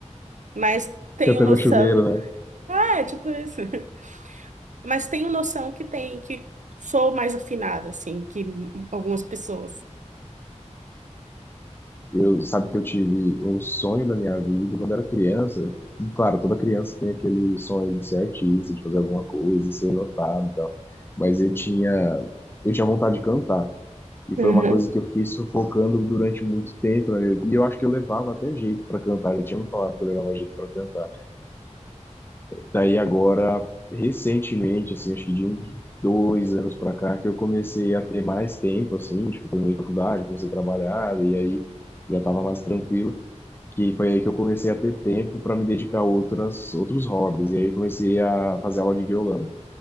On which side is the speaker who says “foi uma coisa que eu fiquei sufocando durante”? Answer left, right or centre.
Left